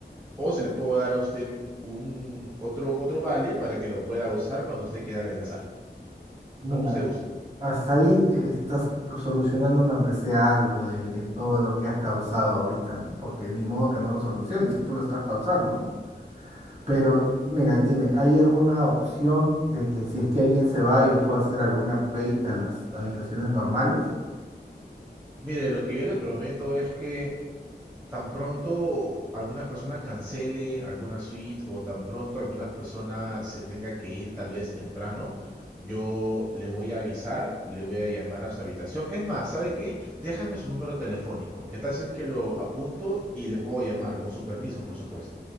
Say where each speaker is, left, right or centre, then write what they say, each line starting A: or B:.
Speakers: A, on the right; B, on the right.
A: o se le puedo dar a usted un otro, otro vale para que lo pueda usar cuando usted quiera regresar,
B: Mira,
A: como usted guste.
B: hasta ahí eh, estás solucionándome aunque sea algo de, de todo lo que has causado ahorita, ¿no? Porque ni modo que no lo soluciones si tú lo estás causando, ¿no? Pero, mira, dime, ¿hay alguna opción de que si es que alguien se va, yo pueda hacer alguna upgrade a las habitaciones normales?
A: Mire, lo que yo le prometo es que tan pronto alguna persona cancele alguna suite o tan pronto alguna persona se tenga que ir tal vez temprano, yo le voy a avisar, le voy a llamar a su habitación. Es más, ¿sabe qué? Déjame su número telefónico. ¿Qué tal si es que lo apunto y le puedo llamar con su permiso, por supuesto?